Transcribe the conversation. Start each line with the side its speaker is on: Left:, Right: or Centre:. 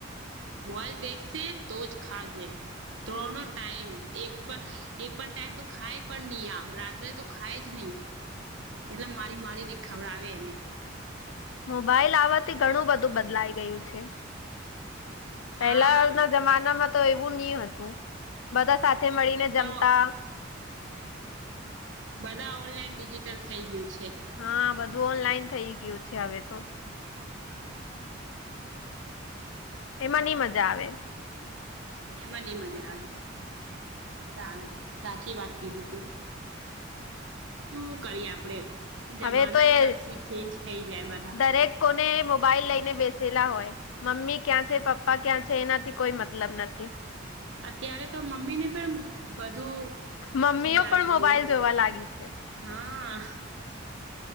Right: મોબાઈલ દેશે તો જ ખાજે. ત્રનો ટાઈમ એક પા એક પણ ટાઈમ તો ખાય પણ નહી આમ રાત્રે તો ખાય જ નહી કેટલા મારી મારીને ખવડાવે એને.
Left: મોબાઈલ આવવાથી ઘણું બધું બદલાઈ ગયું છે. પહેલા
Right: હા
Left: ના જમાના માં તો એવું નહી હતું બધા સાથે મળીને
Right: સૌ
Left: જમતા.
Right: બધા ઓનલાઈન ડિજિટલ થઈ ગયું છે.
Left: હા, બધું ઓનલાઈન થઈ ગયું છે હવે તો. એમાં ની મજા આવે.
Right: એમાં ની મજા આવે સા-સાચી વાત કીધું તું. શું કરીએ આપડે જમાના
Left: હવે તો
Right: હિસાબથી
Left: એ
Right: ચેન્જ થઇ જાય બધા.
Left: દરેક કોને મોબાઈલ લઈને બેસેલા હોય. મમ્મી ક્યાં છે પપ્પા ક્યાં છે એનાથી કોઈ મતલબ નથી.
Right: અત્યારે તો મમ્મી ને પણ બધું
Left: મમ્મીઓ
Right: ચીજ
Left: પણ
Right: આવી ગ્યું.
Left: મોબાઈલ જોવા લાગી છે.
Right: હા.